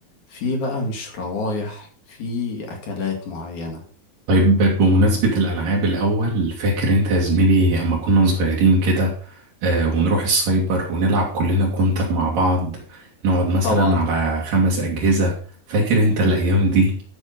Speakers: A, on the left; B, on the right.
A: في بقى مش روايح في أكلات معينة
B: طيب بمناسبة الألعاب الأول فاكر أنت يا زميلي أما كنا صغيرين كده آه ونروح السايبر ونلعب كلنا كونتر مع بعض نقعد مثلا
A: طبعا
B: على خمس أجهزة فاكر أنت الأيام دي